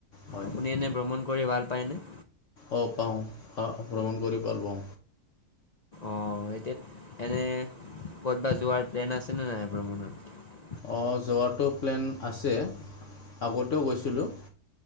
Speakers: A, on the left; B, on the left.
A: হয়
B: আপুনি এনে ভ্ৰমণ কৰি ভাল পায়নে?
A: অ', পাও। আহ', ভ্ৰমণ কৰি পাও।
B: অ', এতিয়া এনে ক'ত বা যোৱাৰ প্লেন আছেনে নাই ভ্ৰমণত?
A: অ', যোৱাটো প্লেন আছে, আগতেও গৈছিলোঁ।